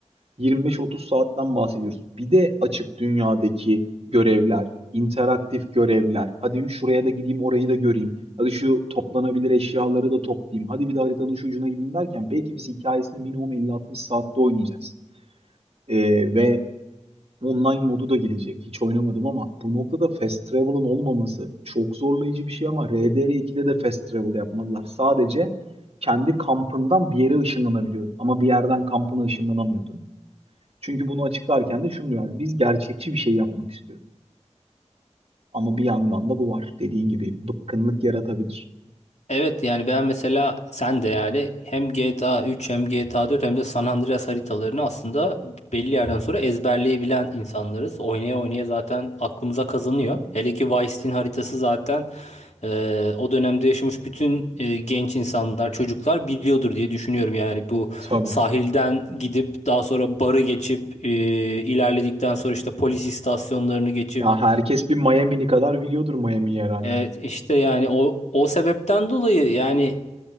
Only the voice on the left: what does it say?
evet yani ben mesela sen de yani hem GTA 3 hem GTA 4 hem de San Andreas haritalarını aslında belli yerden sonra ezberleyebilen insanlarız. Oynaya oynaya zaten aklımıza kazanıyor. Hele ki Vice City'nin haritası zaten Ee, o dönemde yaşamış bütün e, genç insanlar, çocuklar biliyordur diye düşünüyorum. Yani bu
sahilden gidip daha sonra barı geçip e, ilerledikten sonra işte polis istasyonlarını geçip
evet, işte yani o o sebepten dolayı yani